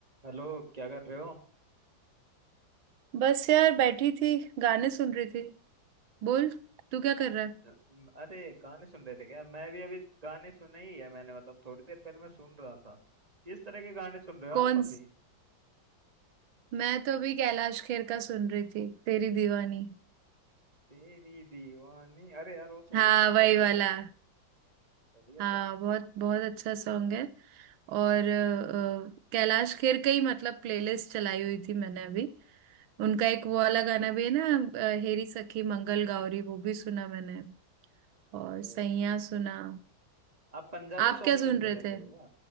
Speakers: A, on the right; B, on the right.
A: हेलो क्या कर रहे हो
B: बस यार बैठी थी गाने सुन रही थी बोल तू क्या कर रहा है
A: अ, अरे गाने सुन रहे थे क्या यार मैं भी अभी गाने सुने ही है मैंने मतलब थोड़ी देर पहले मैं सुन रहा था किस तरह के गाने सुन रहे हो
B: कौन
A: आप अभी
B: स- मैं तो अभी कैलाश खेर का सुन रही थी तेरी दीवानी
A: तेरी दीवानी अरे यार वो तो
B: हाँ
A: बहुत अच्छा
B: वही
A: सॉन्ग
B: वाला
A: है बढ़िया
B: हाँ
A: सॉन्ग है
B: बहुत बहुत अच्छा सॉन्ग है और अ, अ, कैलाश खेर का ही मतलब प्लेलिस्ट चलाई हुई थी मैंने अभी उनका
A: अच्छा
B: एक वो वाला गाना भी है ना अ, हेरी सखी मंगल गौरी वो भी सुना मैंने और
A: अरे
B: सैया सुना
A: आप पंजाबी
B: आप
A: सॉन्ग
B: क्या सुन
A: सुनते
B: रहे
A: रहते
B: थे
A: हो क्या